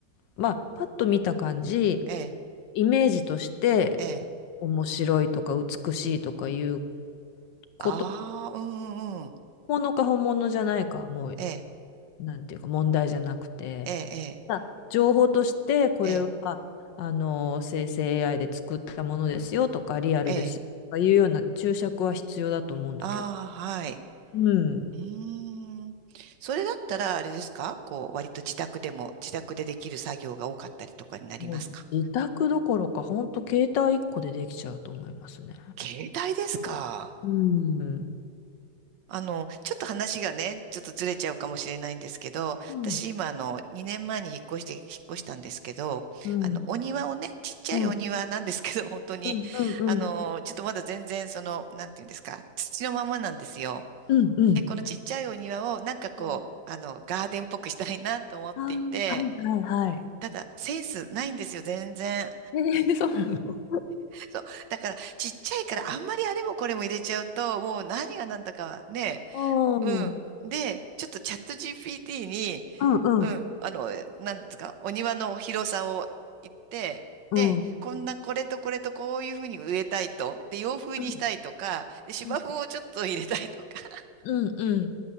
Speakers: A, on the left; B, on the right.
A: まあ、パッと見た感じ、
B: ええ、
A: イメージとして、
B: ええ、ええ。
A: こう面白いとか美しいとかいうこと、
B: ああ、うんうんうん。
A: 本物か本物じゃないかはもう、
B: ええ、
A: なんていうか問題じゃなくて、
B: ええ、
A: まあ情報としてこれはあの生成
B: ええ、ええ。
A: AI で作ったものですよとかリアルですよとかいうような注釈は必要だと思うんだけど、
B: ええああ、はい。
A: うん、
B: うーん。それだったら、あれですかこう、割と自宅でも、自宅でできる作業が多かったりとかになりますか
A: もう自宅どころか本当携帯1個でできちゃうと思いますね。
B: 携帯ですか
A: うん。う
B: あの、ちょっと話がね、ちょっとずれちゃうかもしれないんですけど、
A: ん
B: 私今あの、2年前に引っ越して、引っ越したんですけど、
A: うん
B: あの、お庭をね、ちっちゃいお庭なんですけど、
A: うんうん
B: 本当に、
A: うんうんうん
B: あの、ちょっとまだ全然その、なんていうんですか、土のままなんですよ。
A: うん
B: で、このちっちゃいお庭をなんかこう、
A: うん
B: あの、ガーデンっぽくしたいなと思っていて、
A: あーはいはいはい。
B: ただ、センスないんですよ、全然。
A: えーそうなの。
B: そう。だから、ちっちゃいから、あんまりあれもこれも入れちゃうと、もう何が何だかね、
A: うんうん
B: うん。で、ちょっとチャット GPT に、
A: うん
B: うん、あの、なんですか、お庭の広さを言って、で、
A: うん
B: こんな、これとこれとこういうふうに植えたいと、で、洋風にしたいとか、
A: うん
B: で、芝生をちょっと入れたいとか、
A: うん
B: <laughs>
A: うんうん